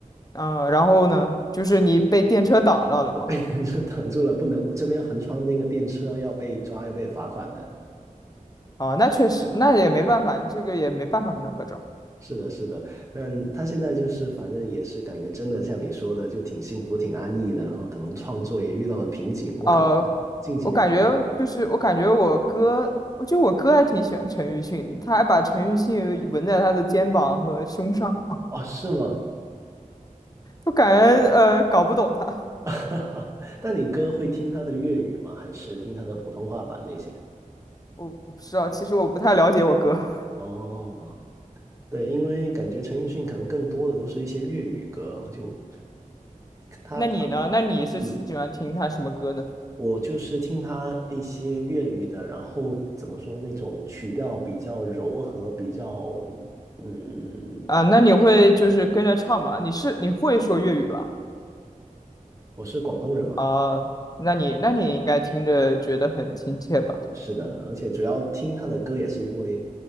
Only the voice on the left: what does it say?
嗯，然后呢，就是你被电车挡着了吗？
哦，那确实，那也没办法，你这个也没办法跟他合照。
呃，我感觉就是我感觉我哥，我觉得我哥还挺喜欢陈奕迅的他还把陈奕迅纹在他的肩膀和胸上，
我感觉呃搞不懂他，
我我不知道，其实我不太了解我哥。<laughs>
那你呢？那你是喜欢听他什么歌呢？
啊，那你会就是跟着唱吗？你是你会说粤语吧？
啊，那你那你应该听着觉得很亲切吧？